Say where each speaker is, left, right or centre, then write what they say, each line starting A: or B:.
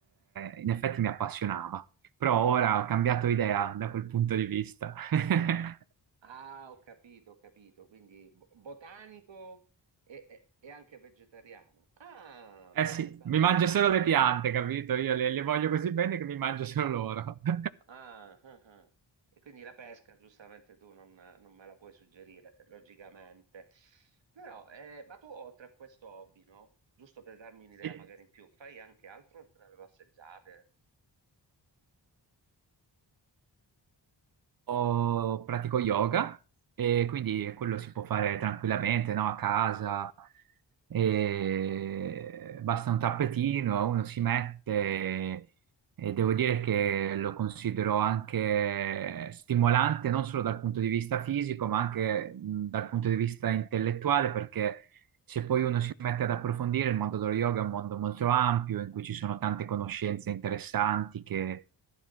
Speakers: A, on the right (about 50°); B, on the right (about 80°).
A: in effetti mi appassionava. Però ora ho cambiato idea da quel punto di vista. <laughs>
B: Ah, ho capito, ho capito, quindi bo- botanico e, e- e anche vegetariano. Ah,
A: Eh
B: bene,
A: sì,
B: bene.
A: mi mangio solo le piante, capito? Io le, le
B: Sì, non
A: voglio
B: di
A: così
B: sé.
A: bene che mi mangio solo loro. <laughs>
B: Ah, ah, ah. E quindi la pesca, giustamente tu non, non me la puoi suggerire, logicamente. Però, eh, ma tu oltre a questo hobby, no? Giusto per darmi un'idea
A: Sì.
B: magari in più, fai anche altro oltre alle passeggiate?
A: Io pratico yoga e quindi quello si può fare tranquillamente, no? A casa. E basta un tappetino, uno si mette e devo dire che lo considero anche stimolante non solo dal punto di vista fisico, ma anche mh, dal punto di vista intellettuale, perché se poi uno si mette ad approfondire, il mondo dello yoga è un mondo molto ampio in cui ci sono tante conoscenze interessanti che